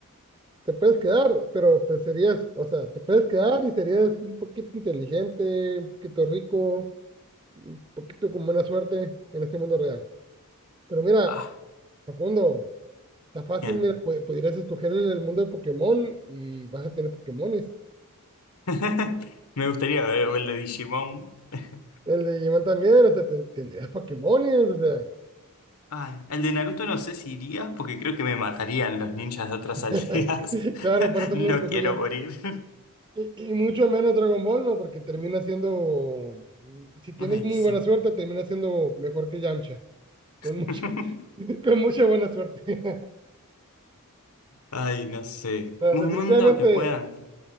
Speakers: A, on the right; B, on the left.
A: Te puedes quedar, pero pues serías, o sea, te puedes quedar y serías un poquito inteligente, un poquito rico, un poquito con buena suerte en este mundo real. Pero mira,
B: Ah,
A: Facundo, está fácil,
B: bien.
A: mira, pu- pudieras escoger el, el mundo de Pokémon y vas a tener Pokémones.
B: <laughs> Me gustaría ver o el de Digimon. <laughs>
A: El de Digimon también, o sea, te- tendrías Pokémones, o sea.
B: Ay, el de Naruto no sé si iría porque creo que me matarían los ninjas de otras
A: <laughs>
B: aldeas. <laughs>
A: Claro, por eso
B: No
A: no lo escojo
B: quiero
A: yo.
B: morir.
A: Y, y mucho menos Dragon Ball, ¿no? Porque termina siendo, si tienes
B: <laughs> Ay,
A: muy
B: sí.
A: buena suerte, termina siendo mejor que Yamcha. Con
B: <laughs>
A: mucha, <laughs> con mucha buena suerte. <laughs>
B: Ay, no sé.
A: No,
B: Un
A: definitivamente,
B: mundo que puedan